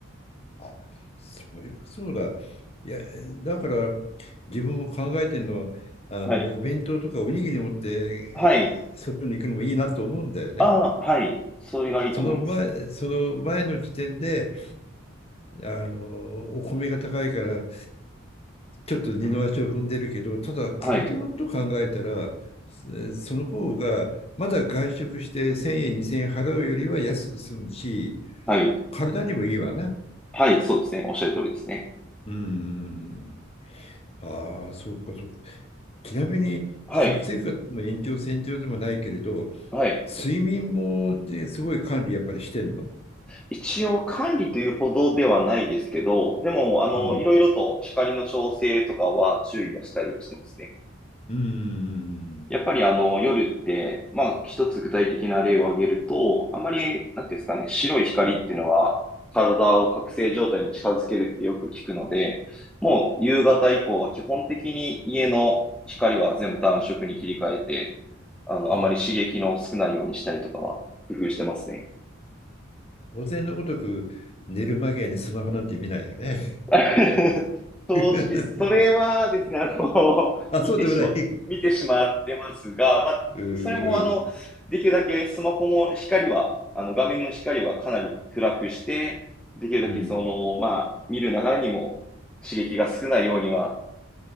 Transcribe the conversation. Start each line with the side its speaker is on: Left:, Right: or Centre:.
Left: あ、それはそうだ。いや、だから、自分も考えてるのは、あの、
Centre: はい。
Left: お弁当とかおにぎり持って、
Centre: はい。
Left: 外に行くのもいいなと思うんだよね。
Centre: ああ、はい。それがいいと思います。
Left: その前、その前の時点で、あの、お米が高いから、ちょっと二の足を踏んでるけど、ただ体のことを考えたら、
Centre: はい。
Left: えその方がまだ外食して1000円、2000円払うよりは安く済むし、
Centre: はい。
Left: 体にもいいわね。
Centre: はい。そうですね。おっしゃる通りですね。
Left: うん。ああ、そうか、そうか。ちなみに、
Centre: はい。
Left: 食生活の延長線上でもないけれど、
Centre: はい。
Left: 睡眠も、ね、すごい管理やっぱりしてんの
Centre: 一応管理というほどではないですけど、でも、あの、
Left: うん。
Centre: いろいろと光の調整とかは注意はしたりはしてますね。
Left: うん。
Centre: やっぱりあの夜って、まあ一つ具体的な例を挙げると、あんまり、なんていうんですかね、白い光っていうのは体を覚醒状態に近づけるってよく聞くので、もう夕方以降は基本的に家の光は全部暖色に切り替えて、あの、
Left: ああ、
Centre: あんまり刺激の少ないようにしたりとかは工夫してますね。
Left: 当然のごとく寝る間際にスマホなんて見ないよね。
Centre: <laughs> 正直、
Left: <laughs>
Centre: それはですね、あの、<laughs>
Left: あ、
Centre: 見てしま、
Left: そうでもない。
Centre: 見てしまってますが、まあ、
Left: うー
Centre: それもあの、
Left: う
Centre: できるだけスマホも光は、あの、画面の光はかなり暗くして、できるだけその、
Left: うん。
Centre: まあ、見る流れにも刺激が少ないようには、